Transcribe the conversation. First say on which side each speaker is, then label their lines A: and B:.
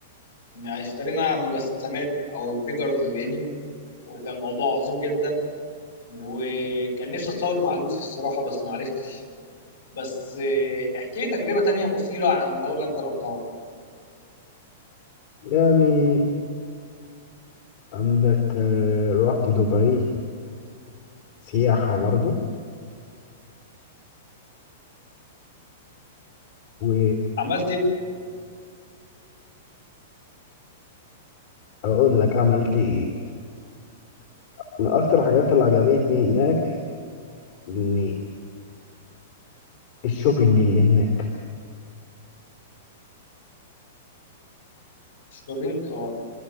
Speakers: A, on the left; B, on the left.
A: اشترينا مجسمات او فيجرز الانمي وكان الموضوع عظيم جدا وكان نفسي اتصور مع لوفي الصراحه بس ما عرفتش بس آه، احكي لي تجربه تانية مثيره عن دوله انت رحتها
B: يعني عندك آه، رحت دبي سياحة برضه و
A: عملت ايه في
B: اقول لك عملت ايه من اكتر الحاجات اللي عجبتني هناك ان الشوبينج اللي هناك
A: الشوبينج اه